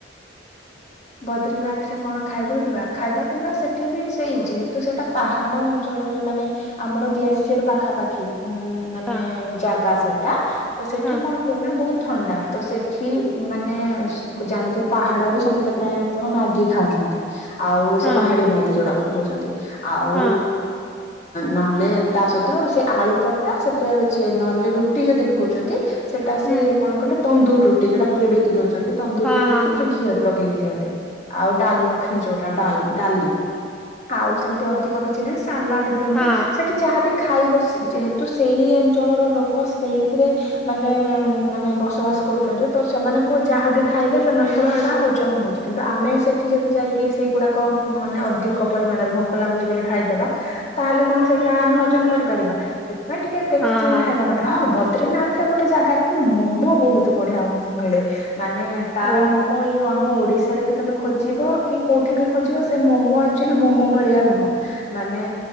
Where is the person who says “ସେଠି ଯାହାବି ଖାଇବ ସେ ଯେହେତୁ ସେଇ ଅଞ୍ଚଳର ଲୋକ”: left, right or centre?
Left